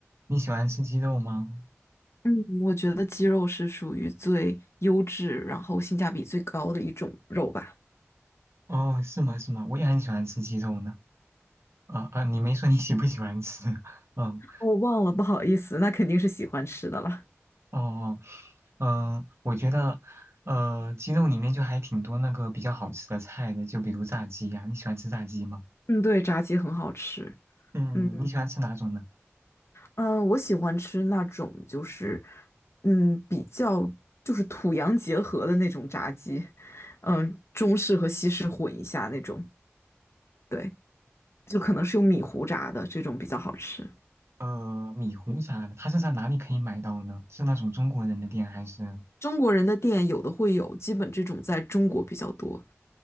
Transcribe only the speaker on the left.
嗯，我觉得鸡肉是属于最优质，然后性价比最高的一种肉吧。
我忘了，不好意思，那肯定是喜欢吃的了。
<laughs> 嗯，对，炸鸡很好吃。
嗯，
呃，我喜欢吃那种就是，嗯，比较就是土洋结合的那种炸鸡，嗯、中式和西式混一下那种，对，就可能是用米糊炸的这种比较好吃。
中国人的店有的会有，基本这种在中国比较多，